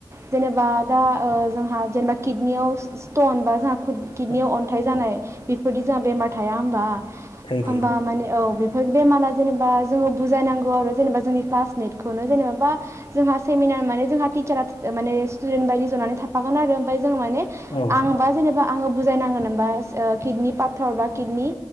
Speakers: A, on the right (about 30°); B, on the left (about 70°).
A: जेनेबा दा ओ जोंहा जेनेबा किडनियाव स्टन बा जोंहा
B: औ
A: किडनियाव अन्थाइ जानाय बेफोरदि जाहा बेमार थाया होनबा
B: थायो
A: होनबा
B: थायो
A: माने औ बे बेफोर बेमारा जेनेबा जोङो बुजायनांगौ आरो जेनेबा जोंनि क्लासमेटखौनो जेनेबाबा जोंहा सेमिनार माने जोंहा टिचारा माने स्टुदेन्ट बायदि जनानै थाफागोन आरो ओमफ्राय जों माने
B: औ
A: आं बा जेनेबा आङो बुजायनाङो होनबा सि ओ किडनि पाथर बा किडनि